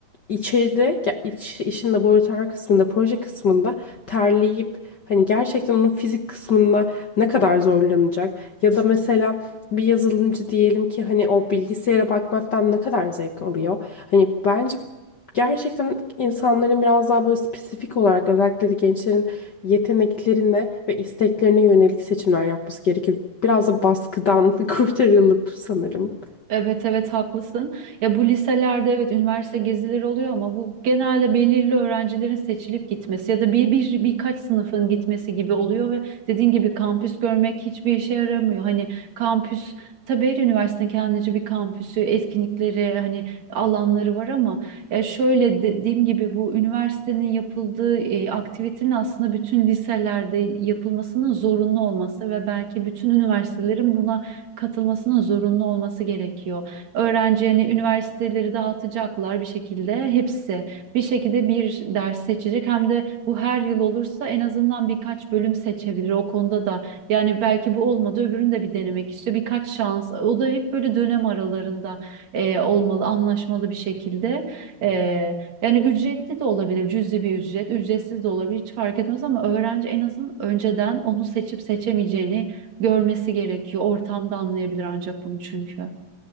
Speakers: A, on the left; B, on the right.
A: içeride ya iç, işin laboratuvar kısmında proje kısmında terleyip hani gerçekten onun fizik kısmında ne kadar zorlanacak ya da mesela bir yazılımcı diyelim ki hani o bilgisayara bakmaktan ne kadar zevk alıyor. Hani bence gerçekten insanların biraz daha böyle spesifik olarak özellikle de gençlerin yeteneklerine ve isteklerine yönelik seçimler yapması gerekiyor. Biraz da baskıdan <laughs> kurtarılıp sanırım.
B: Evet evet haklısın. Ya bu liselerde evet üniversite gezileri oluyor ama bu genelde belirli öğrencilerin seçilip gitmesi ya da bir, bir birkaç sınıfın gitmesi gibi oluyor ve dediğin gibi kampüs görmek hiçbir işe yaramıyor. Hani kampüs tabii her üniversitenin kendince bir kampüsü, etkinlikleri, hani alanları var ama ya şöyle de- dediğim gibi bu üniversitenin yapıldığı e, aktivitenin aslında bütün liselerde yapılmasının zorunlu olması ve belki bütün üniversitelerin buna katılmasının zorunlu olması gerekiyor. Öğrencilerini üniversiteleri dağıtacaklar bir şekilde hepsi bir şekilde bir ders seçecek hem de bu her yıl olursa en azından birkaç bölüm seçebilir o konuda da yani belki bu olmadı öbürünü de bir denemek istiyor birkaç şans o da hep böyle dönem aralarında e, olmalı anlaşmalı bir şekilde E, yani ücretli de olabilir cüzi bir ücret ücretsiz de olabilir hiç fark etmez ama öğrenci en azından önceden onu seçip seçemeyeceğini görmesi gerekiyor. Ortamda anlayabilir ancak bunu çünkü.